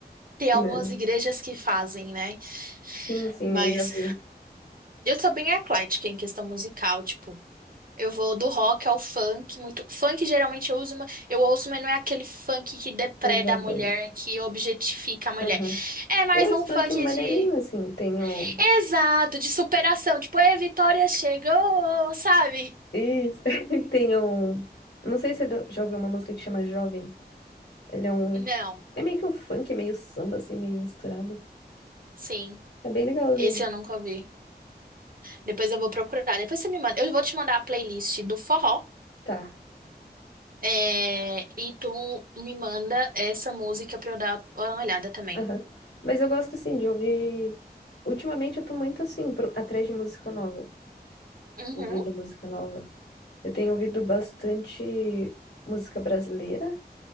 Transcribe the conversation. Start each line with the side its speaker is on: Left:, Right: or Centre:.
Right: Tem
Left: não.
Right: algumas igrejas que fazem, né?
Left: Sim, sim,
Right: Mas
Left: eu já vi.
Right: eu sou bem eclética em questão musical, tipo. Eu vou do rock ao funk, muito. Funk geralmente eu uso, uma- eu ouço, mas não é aquele funk que depreda
Left: Pesadão.
Right: a mulher, que objetifica a mulher.
Left: Aham.
Right: É mais
Left: Tem uns
Right: um funk
Left: funk maneirinho,
Right: de
Left: assim. Tem o.
Right: Exato, de superação. Tipo, é, Vitória chegou, sabe?
Left: Isso. <laughs> Tem o. Não sei se você já ouviu uma música que chama Jovem. Ele é um.
Right: Não,
Left: É meio que um funk, meio samba, assim, meio misturado.
Right: sim.
Left: É bem legalzinho.
Right: Esse eu nunca ouvi. Depois eu vou procurar. Depois você me manda. Eu vou te mandar a playlist do forró.
Left: Tá.
Right: é, e tu me manda essa música pra eu dar uma olhada também.
Left: Aham. Mas eu gosto, assim, de ouvir. Ultimamente eu tô muito, assim, pro- atrás de música nova.
Right: Uhum.
Left: Ouvindo música nova. Eu tenho ouvido bastante música brasileira,